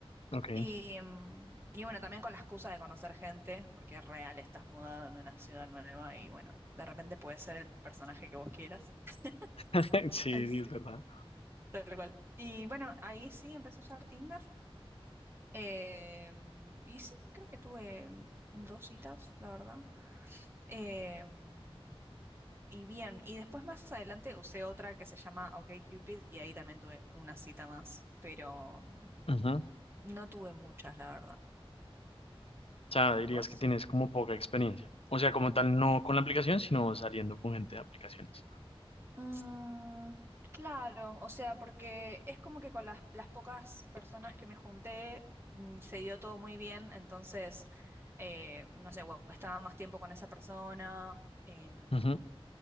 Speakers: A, on the left; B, on the right.
A: ok.
B: Y, mm, y bueno, también con la excusa de conocer gente, porque es real, estás mudado en una ciudad nueva y bueno, de repente puedes ser el personaje que vos quieras.
A: <laughs>
B: <laughs>
A: Sí,
B: Así,
A: es verdad.
B: tal cual. Y bueno, ahí sí empecé a usar Tinder. em, y sí, creo que tuve dos citas, la verdad. Em, y bien, y después más adelante usé otra que se llama OkCupid y ahí también tuve una cita más, pero mm,
A: Ujú. O
B: no tuve muchas, la verdad.
A: sea, dirías
B: ¿Vos?
A: que tienes como poca experiencia. O sea, como tal, no con la aplicación, sino saliendo con gente de aplicaciones.
B: Mm, claro, o sea, porque es como que con las, las pocas personas que me junté mm, se dio todo muy bien, entonces, eh, no sé, o estaba más tiempo con esa persona, em,
A: Ujú.